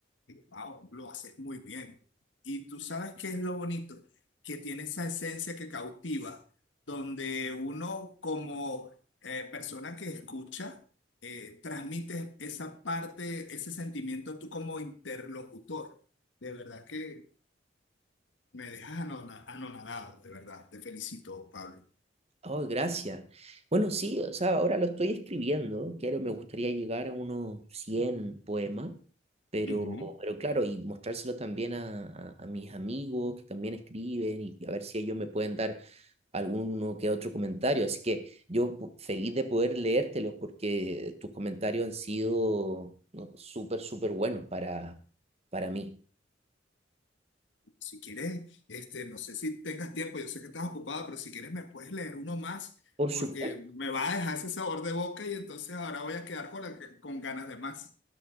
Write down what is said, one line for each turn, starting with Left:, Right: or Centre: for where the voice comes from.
Left: que, wow, lo haces muy bien. Y tú sabes qué es lo bonito, que tiene esa esencia que cautiva, donde uno como eh, persona que escucha, eh, transmite esa parte, ese sentimiento tú como interlocutor. De verdad que me dejas anona- anonadado, de verdad. Te felicito, Pablo.
Right: Oh, gracias. Bueno, sí, o sea, ahora lo estoy escribiendo. Quiero, me gustaría llegar a unos 100 poemas, pero,
Left: Ujú.
Right: pero claro, y mostrárselo también a, a- a mis amigos que también escriben y a ver si ellos me pueden dar alguno que otro comentario. Así que yo po- feliz de poder leértelos porque tus comentarios han sido no, súper, súper buenos para, para mí.
Left: Si quieres, este, no sé si tengas tiempo, yo sé que estás ocupada, pero si quieres me puedes leer uno más,
Right: Por
Left: porque
Right: supuesto,
Left: me va a dejar ese sabor de boca y entonces ahora voy a quedar con, la- con ganas de más.